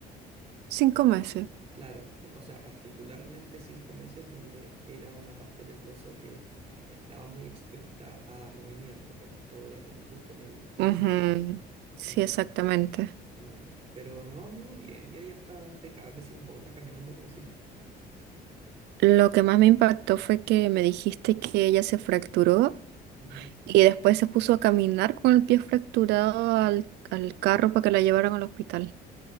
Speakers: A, on the right; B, on the right.
A: Cinco meses.
B: Y Claro, c- o sea, particularmente cinco meses donde era una parte del hueso que estaba muy expuesta a movimiento, que era todo en- justo en el tobillo.
A: ujú, Sí,
B: Mm,
A: exactamente.
B: mm. Pero no anduvo bien, y ella estaba impecable, sin bota, caminando como si nada.
A: Lo que más me impactó fue que me dijiste que ella se fracturó
B: Ujú.
A: y después se puso a caminar con el pie fracturado al, al carro para que la llevaran al hospital.